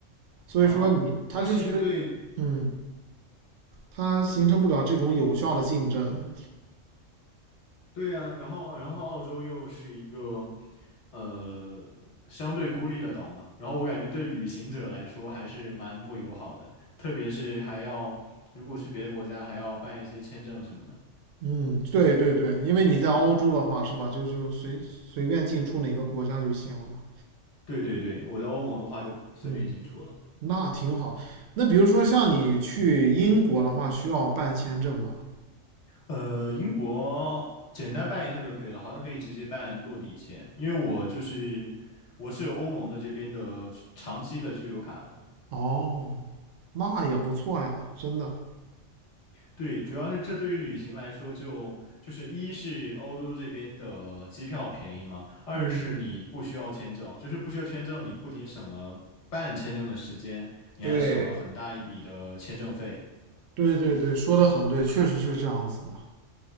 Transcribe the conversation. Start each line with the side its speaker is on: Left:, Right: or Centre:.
Right: 所以说你它就是嗯，
Left: 哦，那其实对，嗯。
Right: 它形成不了这种有效的竞争。
Left: 对呀，然后啊然后澳洲又是一个呃相对孤立的岛嘛，然后我感觉对旅行者来说还是蛮不友好的，特别是还要如果去别的国家还要办一些签证什么的。
Right: 嗯，对对对，因为你在欧洲的话，是吧？就就随随便进出哪个国家就行了嘛。
Left: 对对对，我在欧盟的话就随便进出了。
Right: 嗯，那挺好。那比如说像你去英国的话，需要办签证吗？
Left: 呃，英国简单办一下就可以了，好像可以直接办落地签，因为我就是我是有欧盟的这边的居长期的居留卡的。
Right: 哦，那也不错呀，真的。
Left: 对，主要是这对于旅行来说就，就是一是欧洲这边的机票便宜嘛，二是你不需要签证，
Right: 嗯，
Left: 就是不需要签证，你不仅省了办签证的时间，你还省了很大一笔的签证费。
Right: 对，对对对，说的很对，确实是这样子的。